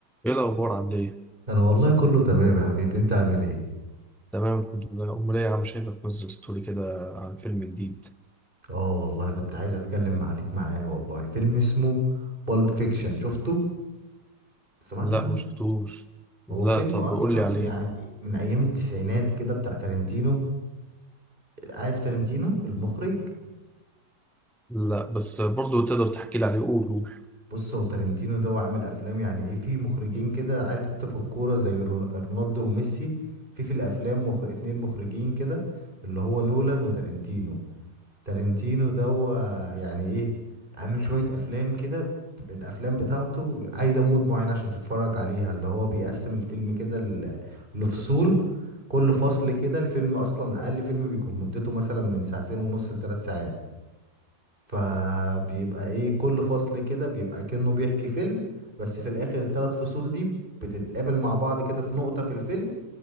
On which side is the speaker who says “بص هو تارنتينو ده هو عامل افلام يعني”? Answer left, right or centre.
Right